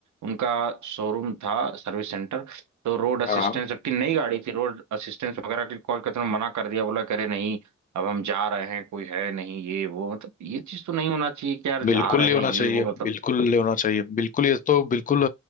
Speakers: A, on the right; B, on the left.
A: उनका शोरूम था सर्विस सेंटर तो रोड असिस्टेंस
B: हाँ हाँ,
A: जबकि नई गाड़ी थी रोड असिस्टेंस वगैरह के कॉल करते हुए मना कर दिया बोला करे नहीं अब हम जा रहे हैं कोई है नहीं ये वो मतलब ये चीज तो नहीं होना चाहिए कि यार
B: बिल्कुल
A: जा रहे
B: नहीं
A: हैं
B: होना
A: ये
B: चाहिए
A: वो मतलब
B: बिल्कुल नहीं होना चाहिए बिल्कुल ये तो बिल्कुल